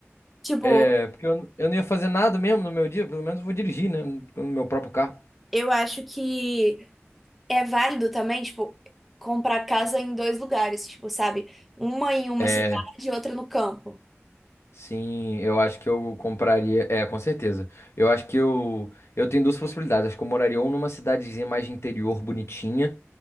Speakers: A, in the centre; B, on the left.
A: <laughs> Tipo,
B: É, porque eu, eu não ia fazer nada mesmo no meu dia, pelo menos eu vou dirigir, né? No meu próprio carro.
A: eu acho que é válido também, tipo, comprar casa em dois lugares, tipo, sabe? Uma em uma
B: É,
A: cidade e outra no campo.
B: sim, eu acho que eu compraria. É, com certeza. Eu acho que eu. Eu tenho duas possibilidades. Acho que eu moraria ou numa cidadezinha mais de interior, bonitinha,